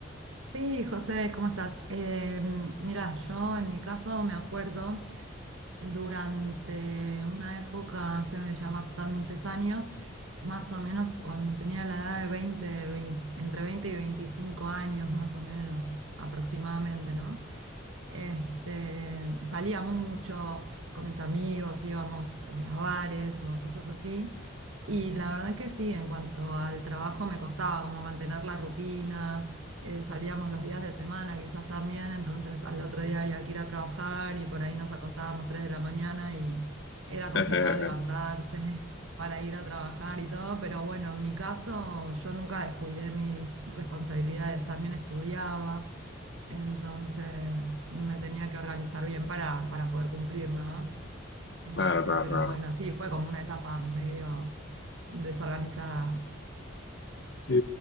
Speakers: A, on the right (about 85°); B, on the left (about 60°).
A: Sí, José, ¿cómo estás? Eh, mira, yo en mi caso me acuerdo durante una época, hace ya bastantes años, más o menos cuando tenía la edad de veinte, 20 entre 20 y 25 años, más o menos aproximadamente, ¿no? Este, salía mucho con mis amigos, íbamos eh, a bares o cosas así. Y la verdad que sí, en cuanto al trabajo me costaba como mantener la rutina, eh, salíamos los días de semana quizás también, entonces al otro día había que ir a trabajar y por ahí nos acostábamos 3 de la mañana y era complicado
B: <laughs>
A: levantarse <laughs> para ir a trabajar y todo, pero bueno, en mi caso yo nunca descuidé mis responsabilidades, también estudiaba. Entonces me tenía que organizar bien para, para poder cumplir, ¿no? Este,
B: Claro, claro,
A: pero
B: claro.
A: bueno, sí, fue como una etapa medio desorganizada.
B: Sí,